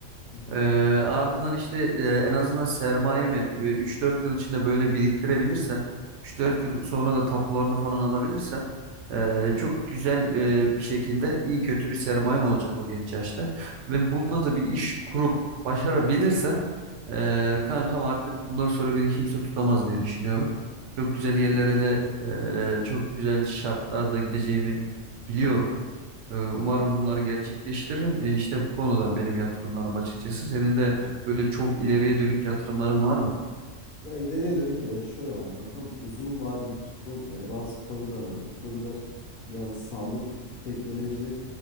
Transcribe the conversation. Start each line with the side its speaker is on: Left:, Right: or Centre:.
Left: Hı hı,
Right: Ee, ardından işte e, en azından sermayemi bir 3-4 yıl içinde böyle biriktirebilirsem, üç dört yıl sonra da tapularını falan alabilirsem e,
Left: hı hı.
Right: çok güzel e, bir şekilde iyi kötü bir sermayem olacak o genç yaşta. Ve bununla da bir iş kurup başarabilirsem e, kankam artık bundan sonra beni kimse tutamaz diye düşünüyorum. Çok güzel yerlere de e, çok güzel şartlarda gideceğimi biliyorum. Ee, Umarım bunları gerçekleştiririm. Ee, İşte bu konuda benim yatırımlarım açıkçası. Senin
Left: Hmm.
Right: de böyle çok ileriye dönük yatırımların var mı?
Left: Ya ileriye dönük e, şöyle var kankam uzun vadeli tuttuğum e, bazı coinler var. Bu coinler yani sağlık, teknoloji,